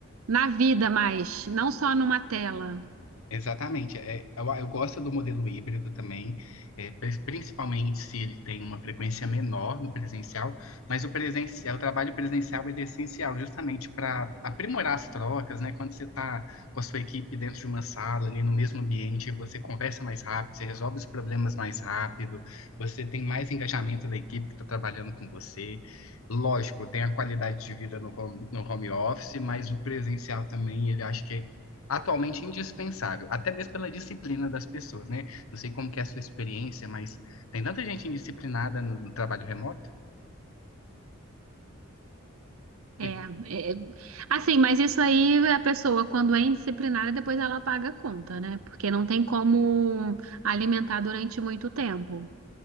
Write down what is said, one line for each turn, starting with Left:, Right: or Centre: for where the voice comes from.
Right: na vida mais, não só numa tela.
Left: Exatamente. É, eu, eu gosto do modelo híbrido também, é, pri- principalmente se ele tem uma frequência menor no presencial, mas o presencial, o trabalho presencial ele é essencial justamente para aprimorar as trocas, né? Quando você está com a sua equipe dentro de uma sala, ali no mesmo ambiente, você conversa mais rápido, você resolve os problemas mais rápido, você tem mais engajamento da equipe que está trabalhando com você. Lógico, tem a qualidade de vida no home, no home office, mas o presencial também, ele acho que é atualmente indispensável, até mesmo pela disciplina das pessoas, né? Não sei como que é a sua experiência, mas tem tanta gente indisciplinada no, no trabalho remoto.
Right: É,
Left: que-
Right: é, assim, mas isso aí a pessoa, quando é indisciplinada, depois ela paga a conta, né? Porque não tem como alimentar durante muito tempo.